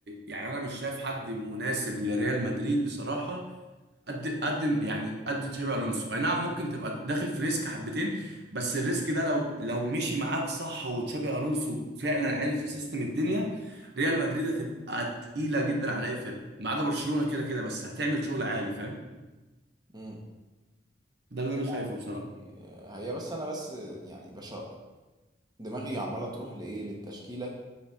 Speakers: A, on the right (about 65°); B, on the right (about 25°).
A: يعني أنا مش شايف حد مناسب لريال مدريد بصراحة قد قد يعني قد تشابي الونسو اي نعم ممكن تبقى داخل في ريسك حبتين بس الريسك ده لو لو مشي معاك صح وتشابي الونسو فعلا عرف في سيستم الدنيا ريال مدريد هتبقى تقيله جدا على اي فرقه ما عدا برشلونه كده كده بس هتعمل شغل عالي فاهم
B: امم
A: ده اللي انا شايفه
B: يعني
A: بصراحه
B: آه، هي بس انا بس آه، يعني بشا دماغي عمالة تروح لايه للتشكيلة